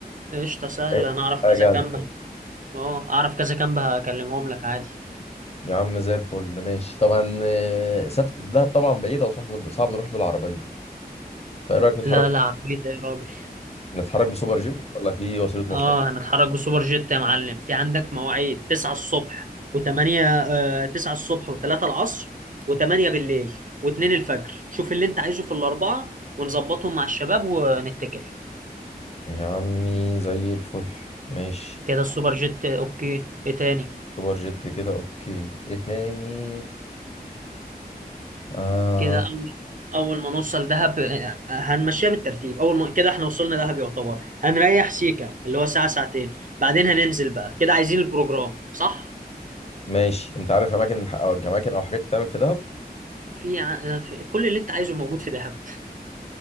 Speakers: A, on the right; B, on the left.
A: قشطه سهله
B: إيه؟
A: انا اعرف
B: حاجه
A: كذا
B: جاهزه
A: كامب اه اعرف كذا كامب هكلمهم لك عادي
B: يا عم زي الفل ماشي طبعا آه، سف... دهب طبعا بعيدة وصعب صعب نروح بالعربية فإيه رأيك نتحرك
A: لا لا عربية ايه يا راجل
B: نتحرك بسوبر جيت ولا في وسيلة مواصلات
A: اه هنتحرك بسوبر جيت يا معلم في عندك مواعيد 9 الصبح و8 آه 9 الصبح و3 العصر و8 بالليل و2 الفجر شوف اللي انت عايزه في الاربعه ونظبطهم مع الشباب ونتكل
B: يا عمي زي الفل ماشي
A: كده السوبر جيت آه، اوكي ايه تاني
B: سوبر جيت كده اوكي ايه تاني آه
A: كده اول اول ما نوصل دهب آه، هنمشيها بالترتيب اول ما كده احنا وصلنا دهب يعتبر هنريح سيكا اللي هو ساعه ساعتين بعدين هننزل بقى كده عايزين البروجرام صح
B: ماشي انت عارف اماكن او اماكن او حاجات تتعمل في دهب
A: في, ع... آه، في كل اللي انت عايزه موجود في دهب